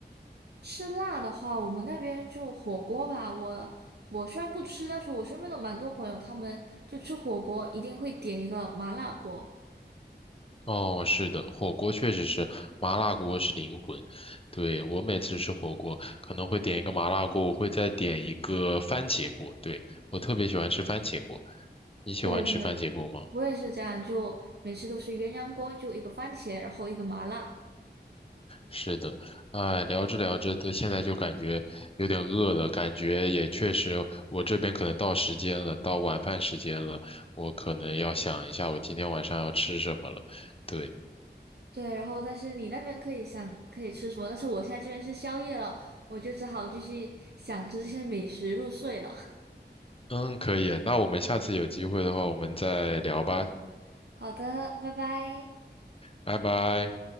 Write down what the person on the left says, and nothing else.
哦，是的，火锅确实是，麻辣锅是灵魂。对，我每次吃火锅，可能会点一个麻辣锅，我会再点一个番茄锅。对，我特别喜欢吃番茄锅，你喜欢吃番茄锅吗？
是的，哎，聊着聊着的，都现在就感觉有点饿了，感觉也确实，我这边可能到时间了，到晚饭时间了，我可能要想一下我今天晚上要吃什么了。对，
嗯，可以，那我们下次有机会的话，我们再聊吧，
拜拜。